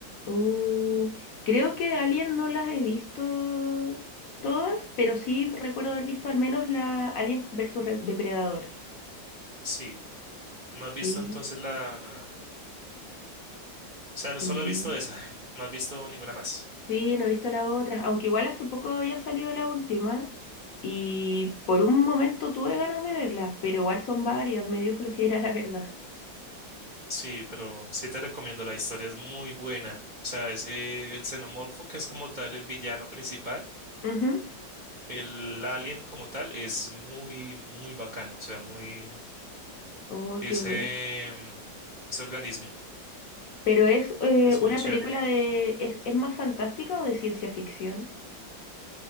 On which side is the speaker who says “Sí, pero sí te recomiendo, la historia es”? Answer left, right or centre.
Right